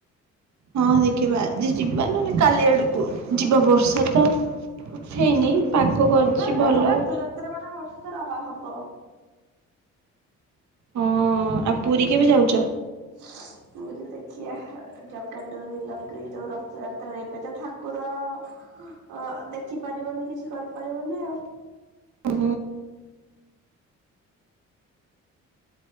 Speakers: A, on the right; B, on the right.
A: ହଁ ଦେଖିବା ଯିବା ନହେଲେ କାଲି ଆଡକୁ ଯିବା ବର୍ଷା ତ ଉଠେଇନି ପାଗ
B: ବର୍ଷତ
A: କରିଛି ଭଲ।
B: ଏ ରଥଯାତ୍ରା ମାନେ ବର୍ଷ ତ ରହ ହବ।
A: ହଁ ଆଉ ପୁରୀ କେବେ ଯାଉଛ?
B: <inaudible> ପୁରୀ ଦେଖିବା ଜଗାଡୋରି ଲଗ ଦଉ ରଥଯାତ୍ରା ଏବେ ତ ଠାକୁର ଅ ଦେଖିପାରିବନି କିଛି କରିପାରିବନି ଆଉ
A: ହଁ।